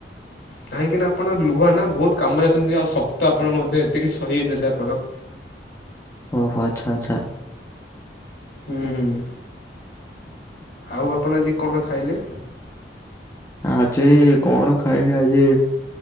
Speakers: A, on the left (about 75°); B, on the left (about 15°).
A: କାହିଁକିନା ଆପଣ ଲୁହା ନା ବହୁତ କାମରେ ଆସଛନ୍ତି ଆଉ ଶକ୍ତ ଆପଣ ମଧ୍ୟ ଏତିକିି ସହି ଦେଲେ ଆପଣ।
B: ଓହୋ ଆଛା ଆଛା।
A: ହୁଁ ହୁଁ ହୁଁ ଆଉ ଆପଣ ଆଜି କଣ ଖାଇଲେ?
B: ଆଜ କଣ ଖାଇଲି ଆଜି